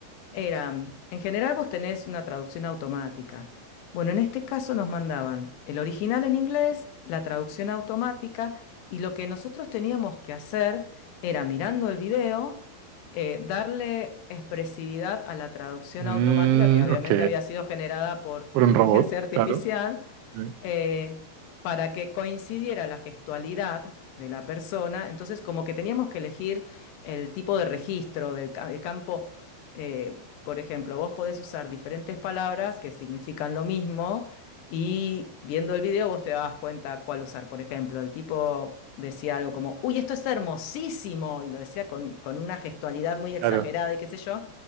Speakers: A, on the left; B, on the right.
A: Era, en general vos tenés una traducción automática. Bueno, en este caso nos mandaban el original en inglés, la traducción automática, y lo que nosotros teníamos que hacer era, mirando el video, eh, darle expresividad a la traducción
B: Mm,
A: automática, que obviamente
B: ok.
A: había sido generada por
B: Por
A: inteligencia
B: un robot,
A: artificial,
B: claro. Sí,
A: eh, para que coincidiera la gestualidad de la persona. Entonces, como que teníamos que elegir el tipo de registro del ca- el campo. eh, por ejemplo, vos podés usar diferentes palabras que significan lo mismo y viendo el video vos te dabas cuenta cuál usar. Por ejemplo, el tipo decía algo como, uy, esto es hermosísimo, y lo decía con, con una gestualidad muy exagerada
B: Claro.
A: y qué sé yo.